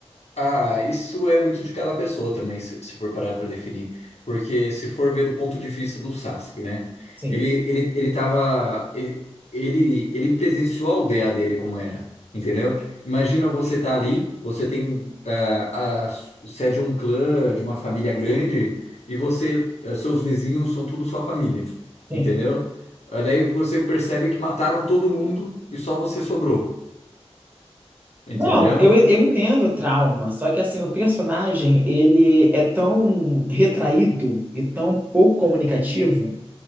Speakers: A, on the left; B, on the right.
A: ah, isso é muito de cada pessoa também, se, se for parar para definir. Porque se for ver do ponto de vista do Sasuke, né?
B: Sim,
A: Ele ele ele tava ele ele, ele presenciou a aldeia dele como era, entendeu? Imagina você tá ali, você tem ah, a você é de um clã, de uma família grande e você ah, seus vizinhos são tudo sua família,
B: sim.
A: entendeu? Ah, Daí você percebe que mataram todo mundo e só você sobrou, entendeu?
B: Não, eu, eu entendo o trauma, só que assim, o personagem, ele é tão retraído e tão pouco comunicativo